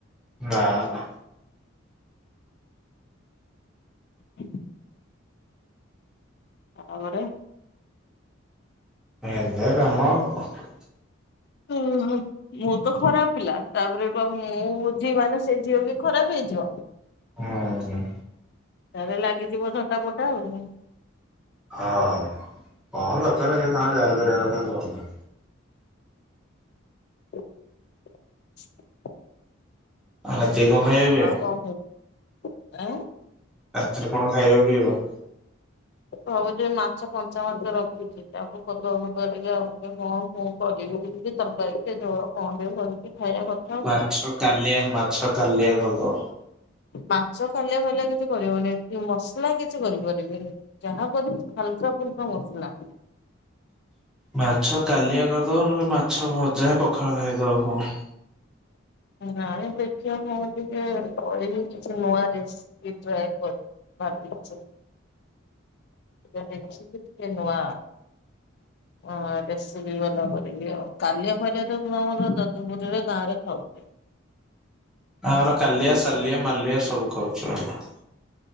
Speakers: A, in the centre; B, on the left.
A: ନାଁ ନାଁ।
B: <inaudible> ତମ ଘରେ -
A: ଏମିତିଆ କାମ ଆଉ କଣ।
B: ହୁଁ ହୁଁ। ମୁଁ ତ ଖରାପ ପିଲା। ତାପରେ କଣ ମୁଁ ବୁଝିବି ମାନେ ସେ ଝିଅ ବି ଖରାପ ହେଇଯିବ।
A: ହୁଁ ହୁଁ।
B: ତାପରେ ଲାଗିଯିବ ଝଟାପଟା ଆଉ।
A: ହଁ ଅଁ କଣ ଦରକାର ସେ ତାଙ୍କର ଯାହା କରିବା କଥା କରନ୍ତୁ।
B: <inaudible>
A: ଆଜି କଣ? ଖାଇବା ପିଇବା?
B: ଆଉ କଣ କହୁଚୁ? ଏଁ।
A: ରାତିରେ କଣ ଖାଇବ ପିଇବ?
B: ଭାବୁଛି ମାଛ କଞ୍ଚା ମାଛ ରଖିଛି ତାକୁ ପତୁଆ ଫତୁଆ ଟିକେ କରିକି କଣ- କଣ କରିବି <unintelligible> ତରକାରୀ ସେ ଝୋଳ କଣ ଟିକେ କରିକି ଖାଇବା କ-
A: ମାଛ କାଲିଆ ମାଛ କାଲିଆ କରିଦବ।
B: ମାଛ କାଲିଆ ଫାଲିଆ କିଛି କରି ହବନି। ମସଲା କିଛି କରିପାରିବିନି। ଯାହା କରିବି ହାଲକା ଫୁଲକା ମସଲା।
A: ମାଛ କାଲିଆ କରିଦବ ନହେଲେ ମାଛ ଭଜା ପଖାଳ ଖାଇଦବ କଣ।
B: ନାଇଁ ଦେଖିବା କଣ ଟିକେ କରିବି କିଛି ନୂଆ ରେସି ପି ଟ୍ରାଏ କରିବି ଭାବିଚି। ଆଗ ଦେଖିବି ଟିକେ ନୂଆ
A: <inaudible>
B: ହଁ ରେସିପି ବାଲା କରିବି ଆଉ କାଲିଆ ଫାଲିଆ ତ ତୁମର ଯଦୁପୁରୀରେ ଗାଁ ରେ ଖାଉଚୁ।
A: ଆମର କାଲିଆ, ସାଲିଆ, ମାଲିଆ ସବୁ ଖାଉଛୁ ଆମେ।